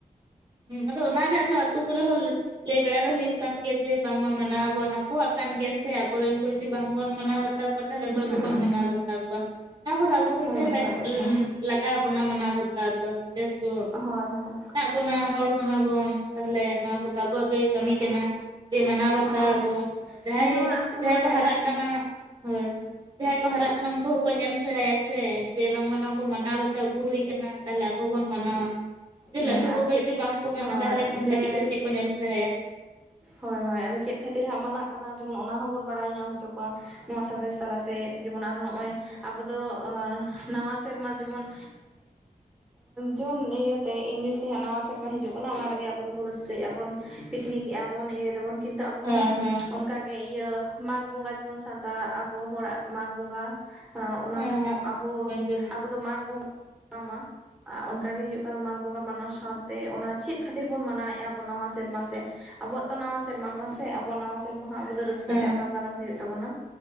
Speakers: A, on the right; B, in the centre.
A: ᱦᱮᱸ ᱟᱫᱚ ᱚᱱᱟᱜᱮ ᱟᱫᱚ ᱟᱛᱩ ᱠᱚᱨᱮ ᱦᱚᱸ ᱞᱟᱹᱭ ᱵᱟᱲᱟ ᱫᱚ ᱦᱩᱭᱩᱜ ᱠᱟᱱ ᱜᱮᱭᱟ ᱡᱮ ᱵᱟᱝᱢᱟ ᱢᱟᱱᱟᱣᱟᱵᱚᱱ ᱟᱵᱚᱣᱟᱜ ᱠᱟᱱ ᱜᱮᱭᱟ ᱥᱮ ᱟᱵᱚᱨᱮᱱ ᱠᱚ ᱡᱩᱫᱤ ᱵᱟᱝᱵᱚᱱ ᱢᱟᱱᱟᱣ ᱵᱟᱛᱟᱣ ᱠᱚᱣᱟ ᱛᱟᱦᱚᱞᱮ ᱚᱠᱚᱭ
B: ᱦᱩᱸ
A: ᱠᱚᱵᱚᱱ ᱢᱟᱱᱟᱣ ᱵᱟᱛᱟᱣ ᱠᱚᱣᱟ ᱱᱚᱣᱟ ᱠᱚᱫᱚ ᱟᱵᱚ ᱫᱚᱥᱮ
B: ᱦᱳᱭ ᱚᱱᱠᱟ
A: ᱚᱢ <unintelligible>
B: ᱜᱮᱛᱚ
A: ᱞᱟᱜᱟᱣ ᱟ ᱵᱚᱱᱟ ᱢᱟᱱᱟᱣ ᱵᱟᱛᱟᱣ ᱫᱚ ᱡᱮᱦᱮᱛᱩ
B: ᱦᱳᱭ ᱦᱳᱭ
A: ᱢᱟ ᱦᱚᱲ ᱠᱟᱱᱟ ᱵᱚᱱ ᱛᱟᱦᱚᱞᱮ ᱱᱚᱣᱟ ᱠᱚᱫᱚ ᱟᱵᱚᱣᱟᱜ ᱜᱮ ᱠᱟᱹᱢᱤ ᱠᱟᱱᱟ ᱡᱮ ᱢᱟᱱᱟᱣ ᱵᱟᱛᱟ
B: ᱦᱚᱸ
A: ᱟᱵᱚᱱ ᱡᱟᱦᱟᱸᱭ
B: ᱡᱮᱢᱚᱱ ᱟᱛᱳ ᱠᱚᱨᱮ
A: ᱠᱚ ᱦᱟᱨᱟᱜ ᱠᱟᱱᱟ ᱦᱳᱭ ᱡᱟᱦᱟᱸᱭ ᱠᱚ ᱦᱟᱨᱟᱜ ᱠᱟᱱᱟ ᱩᱱᱠᱩ ᱦᱚᱸᱠᱚ ᱧᱮᱞ ᱥᱮᱲᱟᱭᱟ ᱥᱮ ᱵᱟᱝᱢᱟᱟᱱᱟ ᱠᱚ ᱢᱟᱱᱟᱣ ᱵᱟᱛᱟᱣ ᱟᱹᱜᱩ ᱦᱩᱭ ᱟᱠᱟᱱᱟ ᱛᱟᱦᱚᱞᱮ ᱟᱵᱚ ᱵᱚᱱ ᱢᱟᱱᱟᱣᱟ ᱡᱮ
B: ᱦᱩᱸ
A: ᱞᱟᱹᱴᱩ
B: ᱟᱨ
A: ᱠᱚ ᱡᱩᱫᱤ
B: ᱪᱮᱫ
A: ᱵᱟᱝᱠᱚ ᱢᱮᱱᱟ
B: ᱦᱳᱭ
A: ᱛᱟᱦᱚᱞᱮ ᱠᱷᱟᱱ
B: ᱡᱮ
A: ᱠᱟᱹᱴᱤᱡ ᱠᱚᱫᱚ ᱪᱮᱫ ᱠᱚ ᱧᱮᱞ ᱥᱮᱬᱟᱭᱟ
B: ᱦᱳᱭ ᱦᱳᱭ ᱟᱫᱚ ᱪᱮᱫ ᱠᱷᱟᱹᱛᱤᱨ ᱦᱟᱸᱜ ᱢᱟᱱᱟᱜ ᱠᱟᱱᱟ ᱡᱮᱢᱚᱱ ᱚᱱᱟ ᱦᱚᱸᱵᱚᱱ ᱵᱟᱲᱟᱭ ᱧᱟᱢ ᱦᱚᱪᱚ ᱠᱚᱣᱟ ᱱᱚᱣᱟ ᱥᱟᱸᱫᱮᱥ ᱛᱟᱞᱟᱛᱮ ᱡᱮᱢᱚᱱ ᱟᱨᱦᱚᱸ ᱱᱚᱜᱼᱚᱭ ᱟᱵᱚ ᱫᱚ ᱱᱟᱣᱟ ᱥᱮᱨᱢᱟ ᱡᱮᱢᱚᱱ ᱡᱩᱱ ᱤᱭᱟᱹᱛᱮ ᱤᱝᱞᱤᱥ ᱛᱮ ᱦᱟᱜ ᱱᱟᱣᱟ ᱥᱮᱨᱢᱟ ᱦᱤᱡᱩᱜ ᱠᱟᱱᱟ ᱚᱱᱟ ᱨᱮᱜᱮ ᱟᱵᱚ ᱫᱚᱵᱚᱱ ᱨᱟᱹᱥᱠᱟᱹᱭᱮᱫᱼᱟ ᱵᱚᱱ ᱯᱤᱠᱱᱤᱠ <unintelligible> ᱤᱭᱟᱹᱭ ᱮᱫᱟ ᱫᱟᱵᱚᱱ ᱠᱤᱱᱛᱩ ᱟᱵᱚ
A: ᱦᱮᱸ
B: ᱦᱚᱸ
A: ᱦᱮᱸ
B: ᱚᱱᱠ ᱜᱮ ᱤᱭᱟᱹ ᱢᱟᱜᱽ ᱵᱚᱸᱜᱟ ᱡᱮᱢᱚᱱ ᱥᱟᱱᱛᱟᱲᱟᱜ ᱟᱵᱚ ᱦᱚᱲᱟᱜ ᱢᱟᱜᱽ ᱵᱚᱸᱜᱟ ᱚᱱᱟᱦᱚᱸ
A: ᱦᱮᱸ ᱢᱟᱜᱽ
B: ᱟᱵᱚ
A: ᱥᱤᱢ ᱵᱚᱱ ᱡᱚᱢᱮᱫ
B: ᱟᱵᱚ
A: ᱠᱚᱣᱟ
B: ᱫᱚ ᱢᱟᱜᱽ ᱵᱚᱸᱜᱟ <unintelligible> ᱚᱱᱠᱟ ᱜᱮ ᱦᱩᱭᱩᱜ ᱠᱟᱱᱟ ᱢᱟᱜᱽ ᱵᱚᱸᱜᱟ ᱢᱟᱱᱟᱣ ᱥᱟᱶᱛᱮ ᱚᱱᱟ ᱪᱮᱫ ᱠᱷᱟᱹᱛᱤᱨ ᱵᱚᱱ ᱢᱟᱱᱟᱣᱮᱫᱼᱟ ᱱᱟᱣᱟ ᱥᱮᱨᱢᱟ ᱥᱮᱫ ᱟᱵᱚᱣᱟᱜ ᱛᱚ ᱱᱟᱣᱟ ᱥᱮᱨᱢᱟ ᱠᱟᱱᱟ ᱥᱮ ᱟᱵᱚᱣᱟᱜ ᱛᱚ ᱱᱟᱣᱟ ᱥᱮᱨᱢᱟ ᱠᱟᱱᱟ ᱥᱮ ᱟᱵᱚᱣᱟᱜ ᱱᱟᱣᱟ ᱥᱮᱨᱢᱟ ᱦᱟᱜ ᱟᱵᱚ ᱫᱚ ᱨᱟᱹᱥᱠᱟᱹ
A: ᱦᱮᱸ
B: ᱛᱮ ᱟᱛᱟᱝ ᱫᱟᱨᱟᱢ ᱦᱩᱭᱩᱜ ᱛᱟᱵᱚᱱᱟ